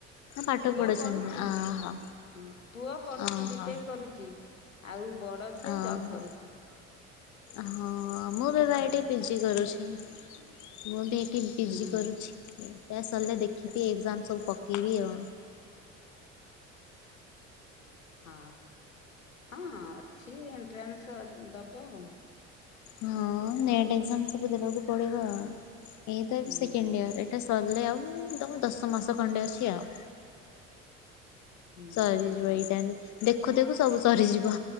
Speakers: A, on the left (about 50°); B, on the left (about 85°).
A: ହଁ ପାଠ
B: ପୁଅ
A: ପଢୁଛନ୍ତି
B: ପଢୁଚି,
A: ଅହୋ
B: ହଁ, ପୁଅ ପଢୁଚି,
A: ଅହୋ
B: ବିଟେକ୍ କରୁଚି। ଆଉ ବଡ ଝିଅ
A: ଅହୋ।
B: ଜବ୍ କରୁଚି।
A: ହଁ, ମୁଁ ବି ଭାଇ
B: କରୁଛି
A: ଏଠି ପିଜି କରୁଛି। ମୁଁ ବି ଏଇଠି ପିଜି
B: ହୁଁ ହୁଁ।
A: କରୁଛି, ଏଟା ସରିଲେ ଦେଖିବି ଏକ୍ଜାମ୍ ସବୁ ପକେଇବି ଆଉ।
B: ହଁ, ହଁ ଅଛି, ଏଣ୍ଟ୍ରାନ୍ସ୍ ଦବ ଉ।
A: ହଁ ନେଟ୍ ଏକ୍ଜାମ୍ ସବୁ ଦେବାକୁ ପଡିବ ଆଉ, ଏଇ ତ ଏ
B: ହୁଁ।
A: ସେକେଣ୍ଡ ଇୟର୍ ଏଟା ସରିଲେ ଆଉ, ଦମା ଦଶ ମାସେ ଖଣ୍ଡେ ଅଛି ଆଉ।
B: ହୁଁ
A: ସରିଯିବ ଏଇଟାଇମ୍, ଦେଖୁ ଦେଖୁ ସବୁ ସରିଯିବ,